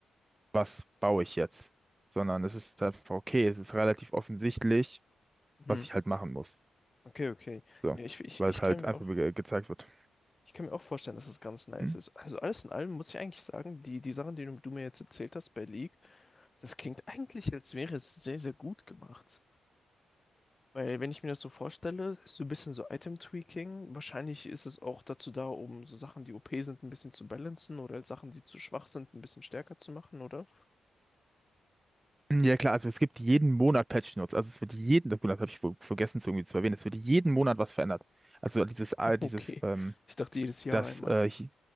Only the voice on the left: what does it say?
Mhm.
Okay, okay.
Ja, ich, ich,
ich
kann
mir
auch,
ich kann mir auch vorstellen, dass das ganz nice
ist. Also alles in allem muss ich eigentlich sagen, die, die Sachen, die du, du mir jetzt erzählt hast bei League, das klingt eigentlich, als wäre es sehr, sehr gut gemacht. Weil wenn ich mir das so vorstelle, ist so ein bisschen so Item-Tweaking. Wahrscheinlich ist es auch dazu da, um so Sachen, die OP sind, ein bisschen zu balancen oder halt Sachen, die zu schwach sind, ein bisschen stärker zu machen, oder?
<laughs>
Okay.
Ich dachte jedes Jahr
einmal.